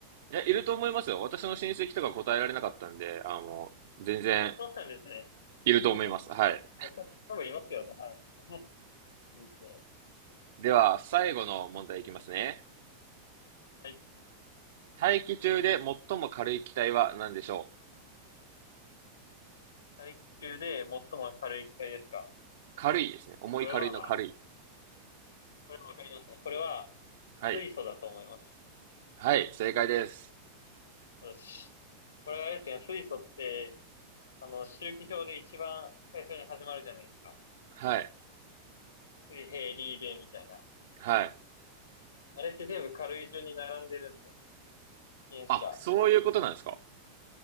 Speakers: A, on the right; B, on the left.
A: いや、いると思いますよ。私の親戚とか答えられなかったんで、あの、全然
B: そうなんですね。
A: いると思います。
B: <laughs>
A: はい。
B: 多分いますよね。はい。<laughs> いいっすね。
A: <laughs> では、最後の問題いきますね。
B: よしはい。
A: 大気中で最も軽い気体は何でしょう
B: 階級で最も軽い機体ですか
A: 軽いですね。重い軽いの軽い。
B: これは、これわかりますね。これは
A: はい。
B: 水素だと思います。
A: はい、正解です。
B: よし。これはあれですね、水素って、あの、周期表で一番最初に始まるじゃないですか。
A: はい。
B: 水平、リーベみたいな。
A: はい。
B: あれって全部軽い順に並んでるんで、原子が。
A: あ、そういうことなんですか。